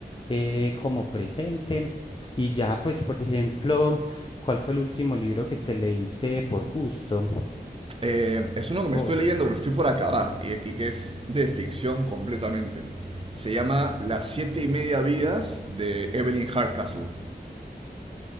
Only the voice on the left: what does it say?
eh, como presente y ya pues por ejemplo, ¿cuál fue el último libro que te leíste por gusto?
Vos,